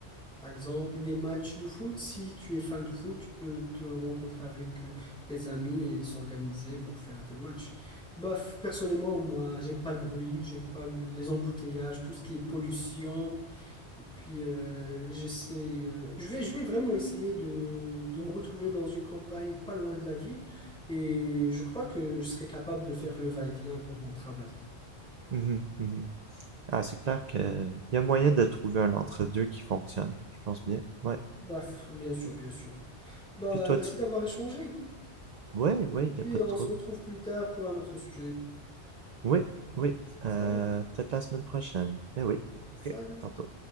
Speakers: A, in the centre; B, on the right (about 45°).
A: Par exemple, des matchs de foot, si tu es fan de foot, tu peux te rencontrer avec euh, tes amis et s'organiser pour faire des matchs. Bah, f- personnellement, moi, j'aime pas le bruit, j'aime pas les embouteillages, tout ce qui est pollution. Et puis, euh, j'essaie, euh, je vais, je vais vraiment essayer de, de me retrouver dans une campagne pas loin de la ville. Et je crois que je serai capable de faire le va-et-vient pour mon travail.
B: mhm, mhm. Ah, c'est clair que y a moyen de trouver un entre-deux qui fonctionne. Je pense bien. Ouais.
A: Bah, f- bien sûr, bien sûr. Bah,
B: Puis toi,
A: merci
B: tu...
A: d'avoir échangé.
B: Ouais, ouais,
A: Et puis,
B: y a pas
A: on
B: de trouble.
A: se retrouve plus tard pour un autre sujet.
B: Oui, oui.
A: Salut,
B: Euh, peut-être la semaine prochaine. Mais oui.
A: salut.
B: Ok, à tantôt.